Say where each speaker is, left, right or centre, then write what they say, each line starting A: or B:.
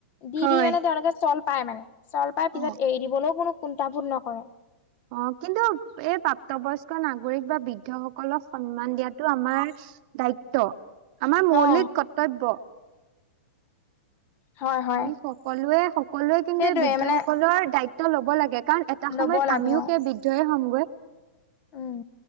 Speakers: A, on the left; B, on the right.
A: দি
B: হয়
A: দি মানে তেওঁলোকে চল পায় মানে চল পাই পিছত
B: অ
A: এৰি দিবলৈও কোনো কুণ্টাবোধ নকৰে।
B: অ' কিন্তু এই প্ৰাপ্তবয়স্ক নাগৰিক বা বৃদ্ধসকলক সন্মান দিয়াতটো আমাৰ দায়িত্ব আমাৰ
A: অ',
B: মৌলিক কৰ্তব্য।
A: হয় হয়
B: আমি সকলোৱে সকলোৱে কিন্তু
A: সেইটোয়ে
B: এই বৃদ্ধ
A: মানে
B: সকলৰ দায়িত্ব ল'ব লাগে কাৰণ এটা
A: ল'ব
B: সময়ত
A: লাগে
B: আমিও
A: অ'
B: সেই বৃদ্ধয়ে হ'মগৈ
A: উম,